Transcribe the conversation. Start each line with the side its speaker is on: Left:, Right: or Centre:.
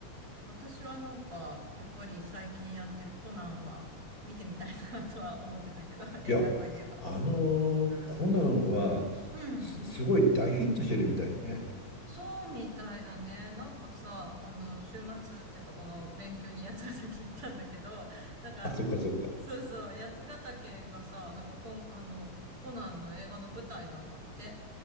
Right: 私はなんか、やっぱり最近やってるコナンは見てみたいなとは思ってたけど、<laughs> 映画といえば。
Left: いや、あのーコナンはすすごい大ヒットしてるみたいね。
Right: うん。そうみたいだね。なんかさ、あの、週末っていうかこの連休に八ヶ岳行ったんだけど、なんか
Left: あ、そっかそっか。
Right: そうそう、八ヶ岳がさ、なんかこん、あの、コナンの映画の舞台なんだって